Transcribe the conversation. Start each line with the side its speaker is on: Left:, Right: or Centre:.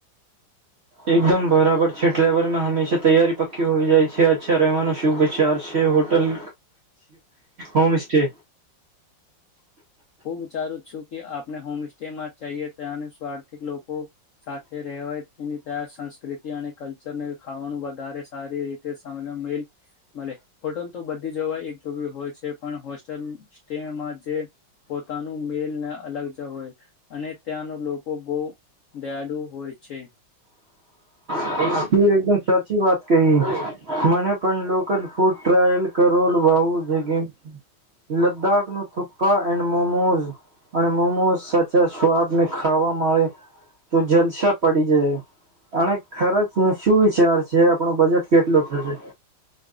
Right: એકદમ બરાબર છે ટવલમાં હંમેશા તૈયારી પકી હો જાય છે અચ્છા રહેવાનો શુભ વિચાર છે હોટલ હોમ સે
Left: હું વિચારું છું કે આપને હોમસ્ટ્ટેમાં ચાએ કયાન સ્વાર્થિક લોકો સાથે રહેવાય તેની ત્યાં સંસ્કૃતિ અને કલ્ચરને ખાવાનું વધારે સારી રીતે સમિલ મળે ફોટલ તો બધી જવા એક જો હોય છે પણ હોસ્ટેલ સ્ટેમાં જે પોતાનું મેલને અલગ જ હોય અને ત્યાંનો લોકો બહુ દયાલુ હોય છે
Right: એ એકદમ સાચી વાત કહી મને પણ લોકલ ફૂડ ટ્રાયલ કરો <unintelligible> લદ્દાખ નું થુપ્પા એન્ડ મોમોઝ અને મોમોઝ સાચા સ્વાદને ખાવા મળે તો જલસા પડી જાય અને ખરજ શું વિચાર છે આપણો બજેટ કેટલો થશે